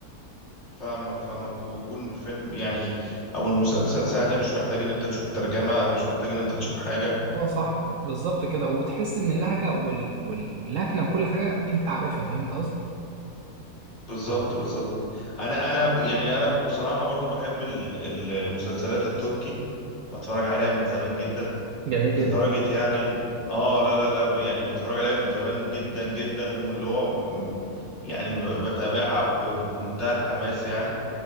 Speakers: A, on the left; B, on the right.
A: فاهمك فاهمك ويكون الفيلم يعني او المسلسل سهل مش محتاج ان انت تشوف ترجمه او مش محتاج ان انت تشوف حاجه
B: اه صح بالظبط كده وتحس ان اللهجه وال... واللكنه وكل حاجه انت عارفها فاهم القصد
A: بالظبط بالظبط انا انا ب- يعني انا بصراحه برضو بحب ال- ال- المسلسلات التركي بتفرج عليها من زمان جدا
B: جميل
A: لدرجة
B: جدا
A: يعني إن- اه لا لا لا ب- يعني بتفرج عليها من زمان جدا جدا واللي هو م- يعني ب- بتابعها ب- بمنتهى الحماس يعني